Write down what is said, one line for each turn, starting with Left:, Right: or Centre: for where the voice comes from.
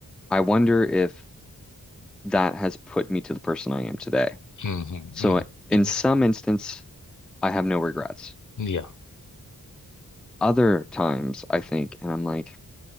Centre: I wonder if that has put me to the person I am today.
Left: Mm-hmm,
Centre: So
Left: mm-hmm.
Centre: in some instance, I have no regrets.
Left: Yeah.
Centre: Other times, I think, and I'm like,